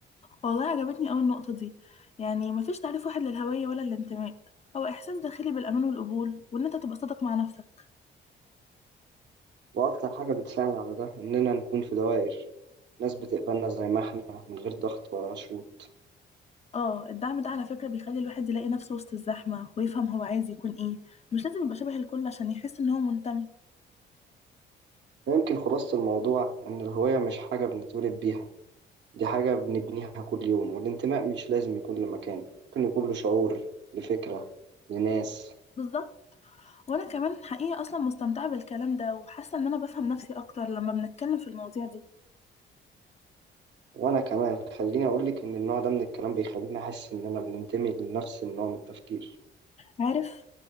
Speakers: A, on the left; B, on the right.
A: والله عجبتني قوي النقطة دي يعني مفيش تعريف واحد للهوية ولا الانتماء هو احساس داخلي بالامان والقبول وان انت تبقى صادق مع نفسك
B: وأكتر حاجة بتساعد على ده إننا نكون في دوائر ناس بتقبلنا زي ما إحنا من غير ضغط ولا شروط
A: اه الدعم ده على فكرة بيخلي الواحد يلاقي نفسه وسط الزحمة ويفهم هو عايز يكون ايه مش لازم يبقى شبه الكل عشان يحس ان هو منتمي
B: يمكن خلاصة الموضوع إن الهوية مش حاجة بنتولد بيها دي حاجة بنبنيها كل يوم والانتماء مش لازم يكون لمكان ممكن يكون له شعور لفكرة لناس
A: بالظبط وانا كمان حقيقة اصلا مستمتعة بالكلام ده وحاسة ان انا بفهم نفسي اكتر لما بنتكلم في المواضيع دي
B: وأنا كمان خليني أقولك إن النوع ده من الكلام بيخليني أحس إن أنا بننتمي لنفس النوع من التفكير
A: عارف